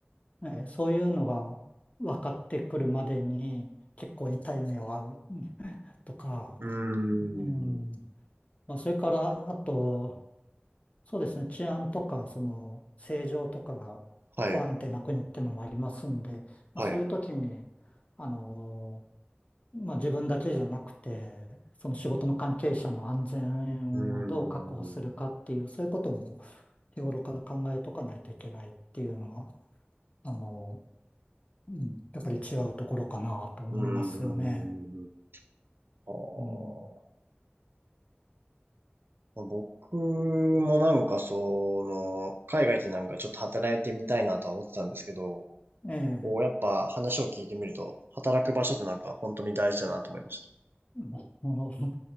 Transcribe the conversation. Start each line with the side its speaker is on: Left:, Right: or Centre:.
Left: ーねそういうのが分かってくるまでに結構痛い目を遭ううんとか、
Right: ーん。
Left: うん、まあ、それから、あと、そうですね、治安とか、その、政情とかが不安定な国ってのもありますんで、
Right: はい、
Left: まあ、
Right: はい。
Left: そういう時に、あのまあ、自分だけじゃなくて、その仕事の関係者の安全をどう確保するかっていう、
Right: うーん。
Left: そういうことも日頃から考えとかないといけないっていうのは、あの、うん、やっぱり違うところかなと思いますよね。
Right: うーん。あー
Left: うん、
Right: まあ、僕もなんかその、海外でなんかちょっと働いてみたいなとは思ってたんですけど、
Left: ええ。
Right: こうやっぱ話を聞いてみると、働く場所ってなんか本当に大事だなと思いました。
Left: <laughs> もう